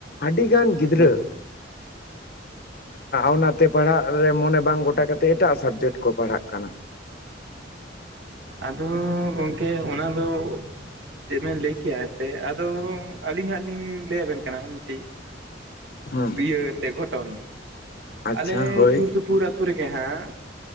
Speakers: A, on the left; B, on the right.
A: ᱟᱹᱰᱤ ᱜᱟᱱ ᱜᱤᱫᱽᱨᱟᱹ
B: ᱦᱳᱭ
A: ᱚᱱᱟᱛᱮ ᱯᱟᱲᱦᱟᱜ ᱨᱮ ᱢᱚᱱᱮ ᱵᱟᱝ ᱜᱚᱴᱟ ᱠᱟᱛᱮᱮᱫ ᱮᱴᱟᱜ ᱥᱟᱵᱽᱡᱮᱠᱴ ᱠᱚ ᱯᱟᱲᱦᱟᱜ ᱠᱟᱱᱟ
B: ᱟᱫᱚ ᱜᱚᱝᱠᱮ ᱚᱱᱟ ᱫᱚ ᱪᱮᱫ ᱵᱮᱱ ᱞᱟᱹᱭ ᱠᱮᱭᱟ ᱮᱱᱛᱮᱫ ᱟᱫᱚ ᱟᱹᱞᱤᱧ ᱦᱟᱸᱜ ᱞᱤᱧ ᱞᱟᱹᱭ ᱟᱵᱮᱱ ᱠᱟᱱᱟ ᱢᱤᱫᱴᱤᱡ <unintelligible>
A: ᱦᱩᱸ
B: ᱛᱮ ᱜᱷᱚᱴᱚᱱ
A: ᱟᱪᱪᱷᱟ
B: ᱟᱞᱮ
A: ᱦᱳᱭ
B: ᱥᱩᱨ ᱥᱩ ᱥᱩᱯᱩᱨ ᱦᱛᱳ ᱨᱮᱜ ᱦᱮᱸ